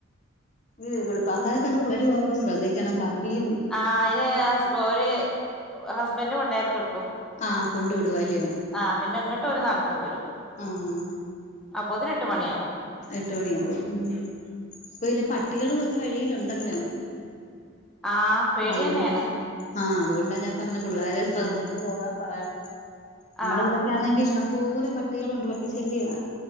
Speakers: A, on the left; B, in the centre.
A: ഈ വെളുപ്പകാലത്തൊക്കെ പിള്ളേര് പോകുമ്പോ ശ്രദ്ധിക്കണം പട്ടീം
B: ആഹ അയ്ന് ഓര് ഹസ്ബൻഡ് കൊണ്ടയാക്കി കൊടുക്കും
A: ആഹ് കൊണ്ടു വിടുവാല്ലോ
B: ആഹ് പിന്നെ ഇങ്ങട്ട് ഓര് നടന്ന് പോരും
A: ആഹ
B: അപ്പോത്തിനെട്ട് മണ്യാവും
A: എട്ട് മണിയാവും ഉം പ്പൊ ല്ല പട്ടികളും ഒക്കെ വഴിയിലുണ്ടല്ലോ
B: ആഹ് പേടിയന്നെയാണ്
A: അതുകൊണ്ട് ആഹ് അതുകൊണ്ടാ ഞാൻ പറഞ്ഞത് പിള്ളേരെ ശ്രദ്ധിച്ചു
B: ഉം
A: പോകാൻ പറയണം നമ്മടെ
B: ആഹ്
A: ഇവിടെക്കെ ആണെങ്കി ഇഷ്ടംപോലെ പട്ടികളുണ്ട് പട്ടിശല്യവാ